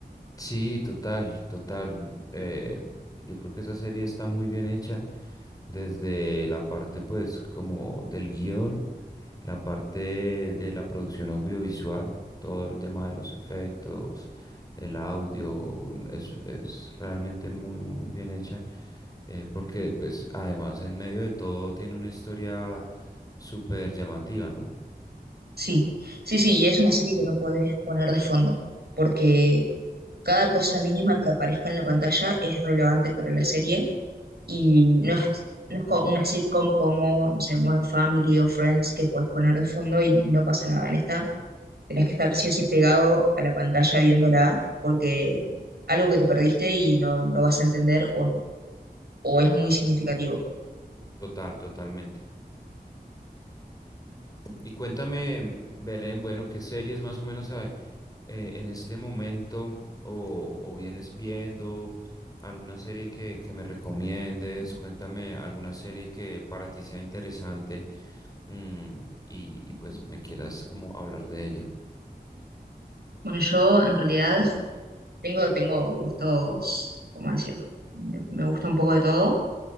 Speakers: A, on the left; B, on the right.
A: Sí, total, total. eh, yo creo que esa serie está muy bien hecha desde la parte, pues, como del guión. la parte de la producción audiovisual, todo el tema de los efectos, el audio, es, es realmente muy, muy, muy bien hecha, eh, porque pues además en medio de todo tiene una historia súper llamativa, ¿no?
B: Sí, sí, sí, y es una serie que no puedes poner de fondo, porque cada cosa mínima que aparezca en la pantalla es relevante para la serie y no es, no es como una sitcom como, no sé, Modern Family o Friends que puedes poner de fondo y no pasa nada. En esta tenés que estar sí o sí pegado a la pantalla viéndola porque algo que te perdiste y no, no vas a entender o, o es muy significativo.
A: Total, totalmente. Y cuéntame, Belén, bueno, ¿qué series más o menos eh, eh, en este momento o, o vienes viendo? ¿Alguna serie que, que me recomiendes? Cuéntame alguna serie que para ti sea interesante mm, y, y pues me quieras como hablar de ella.
B: Bueno, yo en realidad <laughs> tengo, tengo gustos, ¿cómo decirlo? Me, me gusta un poco de todo.